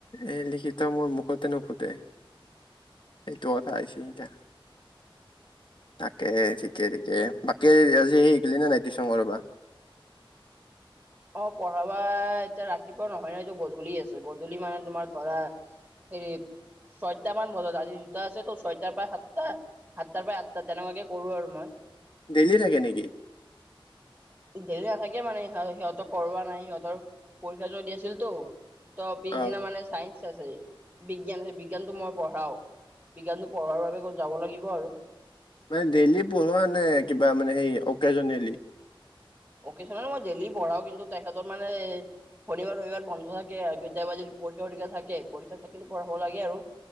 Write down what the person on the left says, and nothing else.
এই লিখিত মোৰ মুখতে নুফুটে। সেইটো কথা হৈছি এতিয়া। তাকে ঠিকে - ঠিকে। বাকী আজি গেলি না নাই টিউশন কৰাবা?
ডেইলি থাকে নেকি?
অ
মানে ডেইলি পঢ়োৱা নে কিবা মানে সেই অকেজনলি?